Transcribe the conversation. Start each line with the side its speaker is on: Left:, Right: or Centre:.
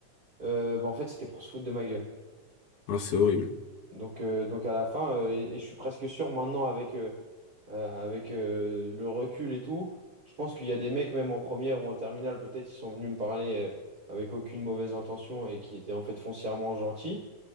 Right: Euh, bah, en fait, c'était pour se foutre de ma gueule.
Left: Ah c'est horrible.
Right: Donc, euh, donc à la fin, euh, et, et je suis presque sûr maintenant avec, euh, euh, avec euh, le recul et tout, je pense qu'il y a des mecs, même en première ou en terminale, peut-être, qui sont venus me parler euh, avec aucune mauvaise intention et qui étaient en fait foncièrement gentils.